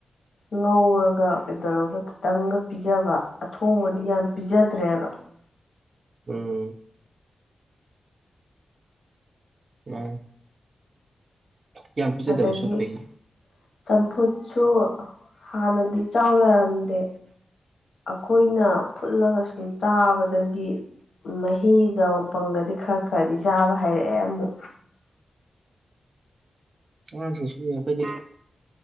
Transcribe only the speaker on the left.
ꯉꯧꯔꯒ ꯀꯩꯗꯧꯔꯒ ꯈꯤꯇꯪꯒ ꯄꯤꯖꯕ ꯑꯊꯣꯡꯕꯗꯤ ꯌꯥꯝ ꯄꯤꯖꯗ꯭ꯔꯦꯕ
ꯑꯗꯒꯤ
ꯆꯝꯐꯨꯠꯁꯨ ꯍꯥꯟꯅꯗꯤ ꯆꯥꯎ ꯌꯥꯔꯝꯗꯦ ꯑꯩꯈꯣꯏꯅ ꯐꯨꯠꯂꯒ ꯁꯨꯝ ꯆꯥꯕꯗꯒꯤ ꯃꯍꯤꯒ ꯃꯄꯪꯒꯗꯤ ꯈꯔ ꯈꯔꯗꯤ ꯆꯥꯕ ꯍꯥꯏꯩꯔꯛꯑꯦ ꯑꯃꯨꯛ